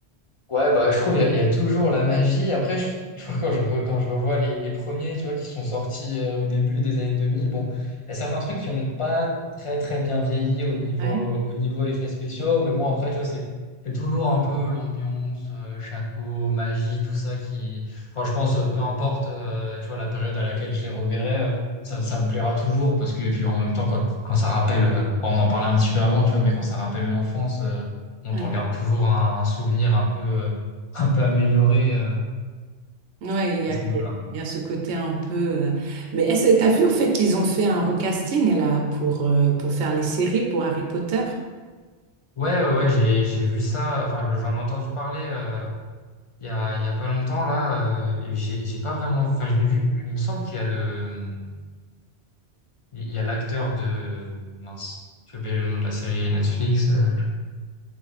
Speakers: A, on the left; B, on the right.
A: Ouais, bah, je trouve il y, a il y a toujours la magie. Après, je- tu vois, quand je, re- quand je revois les, les premiers, tu vois, qui sont sortis euh, au début des années 2000, bon, il y a certains trucs qui n'ont pas très, très bien vieilli au niveau,
B: Ouais,
A: au niveau effets spéciaux, mais bon, après, tu vois, c'est c'est toujours un peu l'ambiance, euh, château, magie, tout ça qui... Enfin, je pense, euh, peu importe, euh, tu vois, la période à laquelle je les reverrai, euh, ça, ça me plaira toujours, parce que, et puis en même temps, quand, quand ça rappelle, euh, on en parlait un petit peu avant, tu vois, mais quand ça rappelle l'enfance... euh, on
B: ouais.
A: t'en garde toujours un, un souvenir un peu, euh, <laughs> un peu amélioré euh,
B: Oui, il
A: à
B: y a,
A: ce niveau-là.
B: ouais, il y a ce côté un peu. euh, Mais est-ce que t'as vu au fait qu'ils ont fait un recasting là pour, euh, pour faire les séries pour Harry Potter?
A: Ouais, ouais, ouais, j'ai, j'ai vu ça, enfin, je- j'en ai entendu parler euh, il y a, il y a pas longtemps, là, euh, et j'ai, j'ai pas vraiment, enfin, je l'ai vu, il me semble qu'il y a le, il y a l'acteur de, mince, j'ai oublié le nom de la série Netflix, euh,